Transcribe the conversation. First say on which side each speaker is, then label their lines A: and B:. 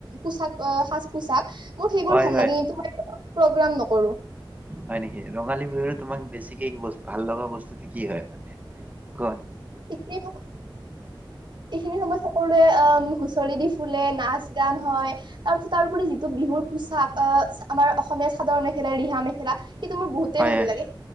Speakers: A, on the right; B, on the right.
A: পোচাক। মোৰ সেইবোৰ
B: হয়
A: ভাল
B: হয়
A: লাগে কিন্তু মই প্ৰগ্ৰাম নকৰো।
B: হয় নেকি? ৰঙালী বিহুৰ তোমাক বছিিকস ভাল লগা বস্তুতে কি হয় মান গ।
A: এইখিন সময় এইখিনি সময়ত সকলোৱে অ। হুচৰি দি ফুলে নাচ গান হয় তাৰ পিছত তাৰোপৰি যিটো বিহুৰ পোচাক আহ আমাৰ অসমীয়া চাদৰ মেখেলা ৰিহা মেখেলা। কিন্তু মোৰ বহুতেই
B: হয়
A: ভাল
B: হয়।
A: লাগে